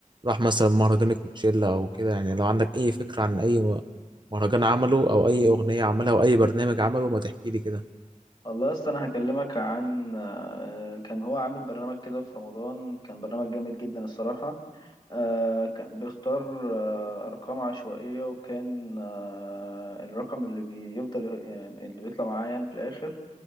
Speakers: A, on the right; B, on the left.
A: راح مثلا مهرجان الكوتشيلا او كده يعني لو عندك اي فكره عن اي مهرجان عمله او اي اغنيه عملها او اي برنامج عمله ما تحكي لي كده
B: والله يا اسطى انا هكلمك عن آه، كان هو عامل برنامج كده في رمضان كان برنامج جامد جدا الصراحه آه كان بيختار آه أرقام عشوائية وكان آه الرقم اللي بيفضل يعني اللي بيطلع معاه يعني في الآخر